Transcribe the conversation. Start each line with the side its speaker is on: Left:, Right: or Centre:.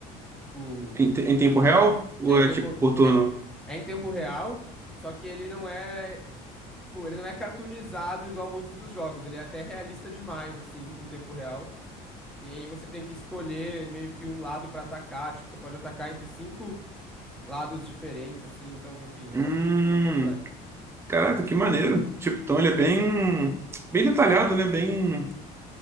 Centre: Tipo,
Right: em, te- em tempo real? Ou
Centre: é em tempo,
Right: é tipo por turno?
Centre: é, é em tempo real, só que ele não é, tipo, ele não é cartoonizado igual muitos dos jogos. Ele é até realista demais, assim, em tempo real. E aí você tem que escolher meio que um lado pra atacar. Tipo, você pode atacar entre cinco lados diferentes, assim. Então, enfim, é
Right: Hum,
Centre: uma coisa é bem complexa.
Right: caraca, que maneiro. Tipo, então ele é bem, bem detalhado, né? Bem,